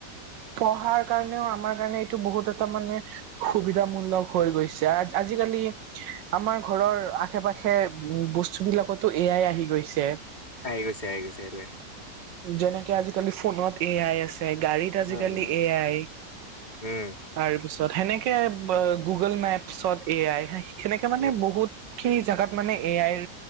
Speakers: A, on the right; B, on the left.
A: পঢ়াৰ কাৰণেও, আমাৰ কাৰণে এইটো বহুত এটা মানে সুবিধামূলক হৈ গৈছে, আ, আজিকালি আমাৰ ঘৰৰ আশে-পাশে বস্তু বিলাকতো এ আই আহি গৈছে।
B: আহি গৈছে আহি গৈছে, সেইটোৱে।
A: যেনেকে আজিকালি ফোনত এ আই আছে, গাড়ীত আজিকালি
B: উম উম
A: এ আই।
B: উম
A: তাৰপিছত সেনেকে অ গুগল মেপছত এ আই, সেনেকে মানে
B: উম
A: বহুত খিনি জাগাত মানে এ আইৰ